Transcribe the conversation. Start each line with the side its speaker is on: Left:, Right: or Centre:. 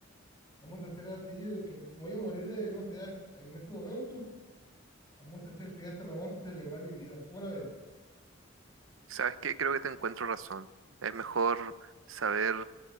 Left: Vamos a hacer así, de que pues, me voy a morir de, no sé, en este momento Vamos a hacer fiesta, me vamos a celebrar mi vida. ¿Cómo la ves?
Right: ¿sabes qué? Creo que te encuentro razón. Es mejor saber